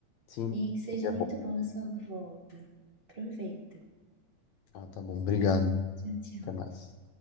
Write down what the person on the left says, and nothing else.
sim,
é
bom.
Ah, tá bom. Obrigado.
Até mais.